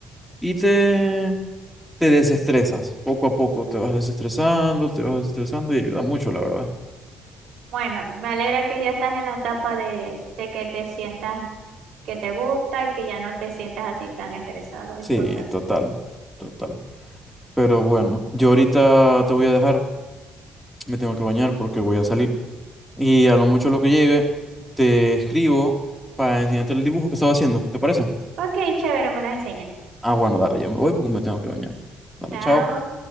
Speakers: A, in the centre; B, on the right.
A: Y te, te desestresas. Poco a poco te vas desestresando, te vas desestresando y ayuda mucho, la verdad.
B: Bueno, me alegra que ya estás en la etapa de, de que te sientas que te gusta y que ya no te sientas así tan estresado y
A: Sí,
B: frustrante.
A: total, total. Pero bueno, yo ahorita te voy a dejar. Me tengo que bañar porque voy a salir. Y a lo mucho lo que llegue, te escribo para enseñarte el dibujo que estaba haciendo. ¿Te parece?
B: Ok, chévere, me las enseñas.
A: Ah, bueno, dale, yo me voy porque me tengo que bañar. Dale,
B: Chao.
A: chao.